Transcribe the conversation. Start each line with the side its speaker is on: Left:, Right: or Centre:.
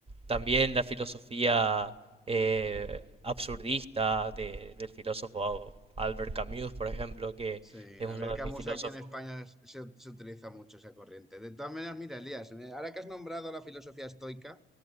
Right: también la filosofía eh, absurdista de- del filósofo Albert Camus, por ejemplo, que
Centre: Sí,
Right: es
Centre: a
Right: uno
Centre: ver,
Right: de
Centre: Camus
Right: mis filósofos.
Centre: aquí en España se, se utiliza mucho esa corriente. De todas maneras, mira, Elías, me- ahora que has nombrado la filosofía estoica,